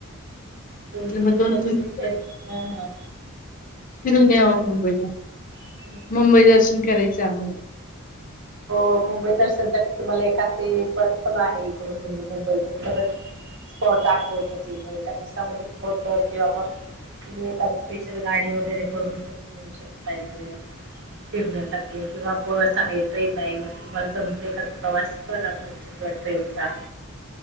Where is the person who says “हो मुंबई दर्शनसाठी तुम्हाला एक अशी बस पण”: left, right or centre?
Right